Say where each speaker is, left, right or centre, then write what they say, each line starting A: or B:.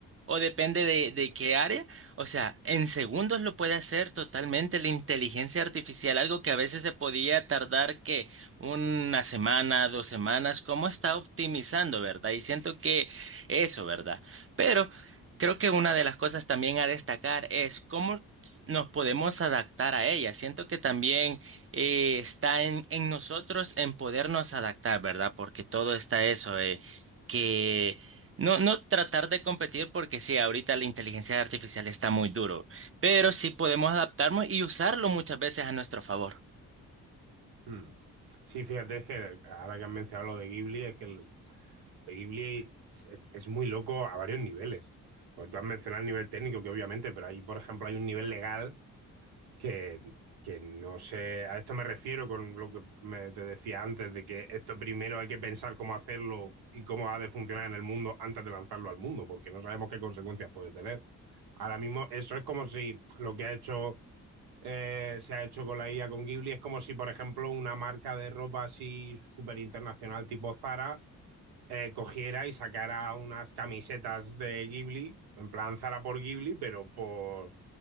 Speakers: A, on the right (about 35°); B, on the right (about 80°).
A: o depende de, de qué área. O sea, en segundos lo puede hacer totalmente la inteligencia artificial, algo que a veces se podía tardar que una semana, dos semanas, cómo está optimizando, ¿verdad? Y siento que eso, ¿verdad? Pero creo que una de las cosas también a destacar es cómo nos podemos adaptar a ella. Siento que también eh, está en, en nosotros en podernos adaptar, ¿verdad? Porque todo está eso, eh, que no, no tratar de competir porque sí, ahorita la inteligencia artificial está muy duro, pero sí podemos adaptarnos y usarlo muchas veces a nuestro favor,
B: Mm. Sí, fíjate, es que ahora que han mencionado lo de Ghibli, es que el, de Ghibli es, es muy loco a varios niveles. Pues tú has mencionado el nivel técnico, que obviamente, pero ahí, por ejemplo, hay un nivel legal que, que no sé. A esto me refiero con lo que me- te decía antes, de que esto primero hay que pensar cómo hacerlo y cómo ha de funcionar en el mundo antes de lanzarlo al mundo, porque no sabemos qué consecuencias puede tener. Ahora mismo, eso es como si lo que ha hecho. eh, se ha hecho con la IA con Ghibli, es como si, por ejemplo, una marca de ropa así súper internacional tipo Zara eh, cogiera y sacara unas camisetas de Ghibli, en plan Zara por Ghibli, pero por